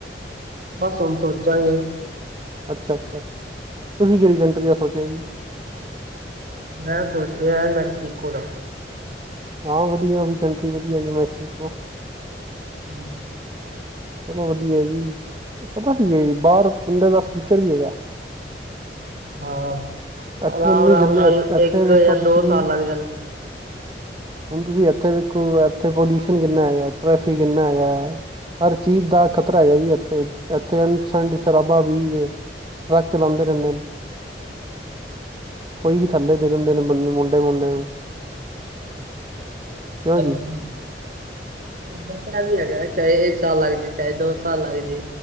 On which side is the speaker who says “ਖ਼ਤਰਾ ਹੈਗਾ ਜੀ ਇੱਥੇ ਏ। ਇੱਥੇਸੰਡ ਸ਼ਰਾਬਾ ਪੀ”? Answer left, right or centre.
Right